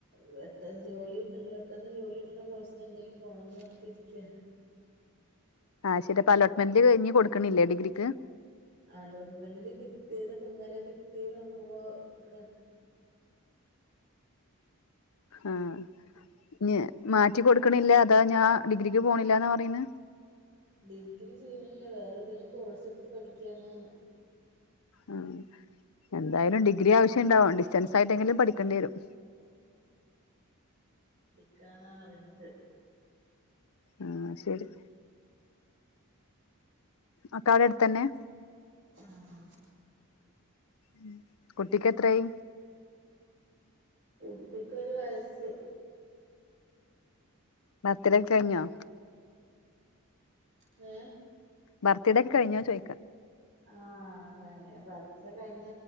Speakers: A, on the right; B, on the left.
A: പെട്ടെന്ന് ജോലി കിട്ടണ പെട്ടെന്ന് ജോലി കിട്ടണ കോഴ്സിനെന്തേലും പോണോന്ന് പറഞ്ഞിട്ട് ഇരി ക്ക്യാ
B: ആഹ് ശെരി അപ്പ അലോട്ട്മെന്റില് ഇനി കൊടുക്കണില്ലേ ഡിഗ്രിക്ക്
A: അലോട്ട്മെന്റില് കിട്ടീത് ഇപ്പോ ഇന്നലെ കിട്ടീതാ ഇപ്പൊ ഇവിടെ
B: ആഹ് ഞാ മാറ്റി കൊടുക്കണില്ല അതോ ഞാൻ ഡിഗ്രിക്ക് പോണില്ലാന്നാ പറയണേ
A: ഡിഗ്രി ചെയ്യണില്ല വേറേതേലും കോഴ്സെടുത്ത് പഠിക്കണോന്ന്
B: ഉം എന്തായാലും ഡിഗ്രി ആവശ്യണ്ടാവും ഡിസ്റ്റൻസായിട്ടെങ്കിലും പഠിക്കേണ്ടി വരും
A: എനിക്കതാണ് അറിയില്ലാത്തത്
B: ആഹ് ശരി അക്കാടെ അടുത്ത് തന്നെയാ
A: ആഹ്
B: ഉം കുട്ടിക്ക് എത്രയായി
A: കുട്ടിക്ക് ഒരു വയസ്സ്
B: ആ ബർത്ത്ഡേയൊക്കെ കഴിഞ്ഞോ
A: ഏ
B: ബർത്ത്ഡേയൊക്കെ കഴിഞ്ഞോ ചോയ്ക്കാ
A: ആ ബർത്ത്ഡേ കഴിഞ്ഞ